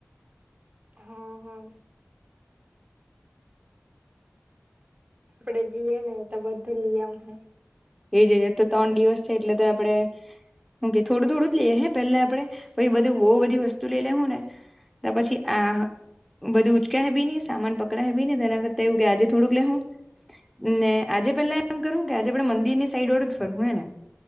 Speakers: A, on the right; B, in the centre.
A: હા હા આપડે જઈએ ને તો બધું લીય આવ હું
B: એજ જ તો ત્રણ દિવસ છે એટલે તો આપડે હુંકે થોડું થોડું જ લઈએ હે પેલા આપડે પછી બધું બઉુ બધી વસ્તુ લઈ લે હું ને તો પછી આ બધુ ઉચકા હે બી ની સામાન પકડા હે બી ને તેના કરતાં એવું કે આજે થોડુંક લે હું ને આજે પેલા એમ કરું કે આજે આપડે મંદિર ની સાઈડ ઓળું જ ફરવું હે ને